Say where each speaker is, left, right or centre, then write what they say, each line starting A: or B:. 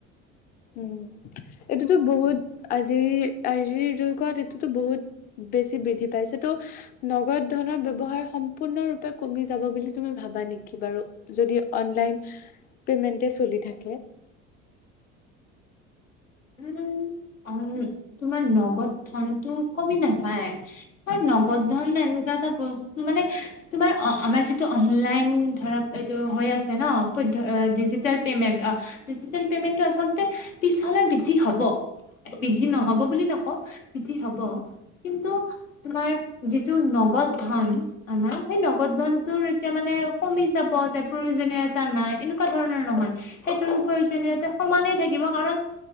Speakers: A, on the left; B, on the left.
A: উম, এইটোতো বহুত আজিৰ -আজিৰ যুগত এইটোতো বহুত বেছি বৃদ্ধি পাইছে ত' নগদ এনেকুৱা ধৰণৰ ব্যৱসায় সম্পূৰ্ণ কমি যাব বুলি তুমি ভাবা নেকি বাৰু? যদি অনলাইন পেমেন্টে চলি থাকে।
B: <inaudible> উম, উম তোমাৰ নগদ ধনটো কমি নাযায় নগদ ধন এনেকুৱা এটা মানে তোমাৰ আমাৰ যিটো অনলাইন ধৰা এইটো হৈ আছে ন ডিজিটেল পেমেন্ট অ', ডিজিটেল পেমেণ্ট আচলতে পিছলৈ বৃদ্ধি হব। বিদ্বী নহব বুলি নকওঁ, বৃদ্ধি হব। কিন্তু তোমাৰ যিটো ন নগদ ধন, আমাৰ সেই নগদ ধনটোৰ এতিয়া মান কমি যাব প্ৰয়োজনীয়াতা নাই এনেকুৱা ধৰণৰ নহয়। সেইটো প্ৰয়োজনীয় সমানেই থাকিব কাৰণ